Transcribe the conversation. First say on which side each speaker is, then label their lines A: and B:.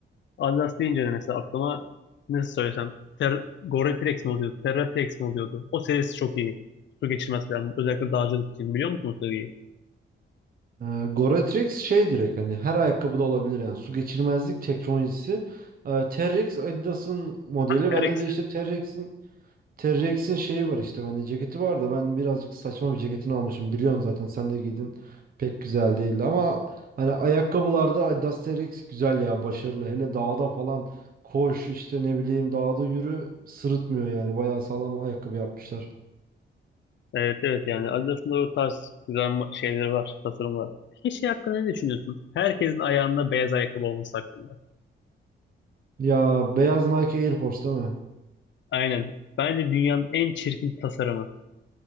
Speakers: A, on the left (about 65°); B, on the right (about 45°).
A: Adidas deyince de mesela aklıma nasıl söylesem Ter Gore-Tex mi oluyordu? Terra-Tex mi oluyordu? O serisi çok iyi. Su geçirmez falan. Özellikle dağcılık için. Biliyor musunuz o seriyi?
B: E, Goretrix şey direkt hani her ayakkabıda olabilir yani. Su geçirmezlik teknolojisi. E, Terrex Adidas'ın modeli.
A: Terex.
B: Bende de işte Terrex'in T-Rex'in şeyi var işte bende ceketi var da ben birazcık saçma bir ceketini almışım. Biliyorsun zaten sen de giydin. Pek güzel değildi ama hani ayakkabılarda Adidas T-Rex güzel ya başarılı. Hele dağda falan koş işte ne bileyim dağda yürü sırıtmıyor yani. Bayağı sağlam ayakkabı yapmışlar.
A: Evet evet yani Adidas'ın da o tarz güzel ma- şeyleri var, tasarımlar. Peki şey hakkında ne düşünüyorsun? Herkesin ayağında beyaz ayakkabı olması hakkında.
B: Ya beyaz Nike Air Force değil mi?
A: Aynen. Bence dünyanın en çirkin tasarımı.